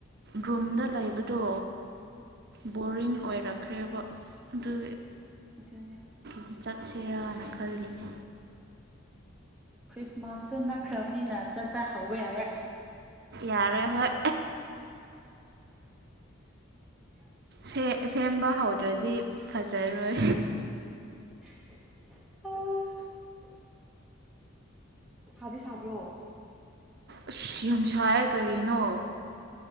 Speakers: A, on the right; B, in the centre.
A: ꯔ꯭ꯔꯨꯝꯗ ꯂꯩꯕꯗꯣ ꯕꯣꯔꯤꯡ
B: ꯑꯥ
A: ꯑꯣꯏꯔꯛꯈ꯭ꯔꯦꯕ ꯑꯗꯨ
B: ꯑꯗꯨꯅꯦ
A: ꯡ ꯆꯠ ꯁꯦꯔꯥꯅ ꯈꯜꯂꯤꯅꯦ
B: ꯈ꯭ꯔꯤꯁꯃꯥꯁꯁꯨ ꯅꯛꯈ꯭ꯔꯕꯅꯤꯅ ꯆꯠꯄ ꯍꯧꯕ ꯌꯥꯔꯦ
A: ꯌꯥꯔꯦ ꯍꯣꯏ ꯁꯦ ꯁꯦꯝꯕ ꯍꯧꯗ꯭ꯔꯗꯤ ꯐꯖꯔꯣꯏ
B: ꯑ ꯁꯥꯗꯤ ꯁꯥꯕ꯭ꯔꯣ
A: ꯑꯁ ꯌꯥꯝ ꯁꯥꯏꯑ ꯀꯔꯤꯅꯣ